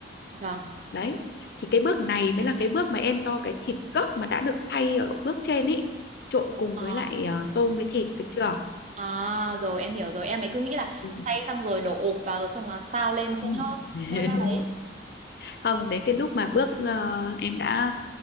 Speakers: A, on the right; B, on the left.
A: vâng.
B: đấy thì cái bước này mới là cái bước mà em cho cái thịt gấc mà đã được xay ở bước trên ấy trộn cùng
A: Ờ,
B: với lại ờ, tôm với thịt được chưa
A: À, rồi em hiểu rồi. Em ấy cứ nghĩ là
B: Ừm,
A: xay xong rồi đổ ụp vào rồi xong là sao lên
B: không
A: cho nó
B: <laughs>
A: nó nó ấy.
B: không đến cái lúc mà bước ờ, em đã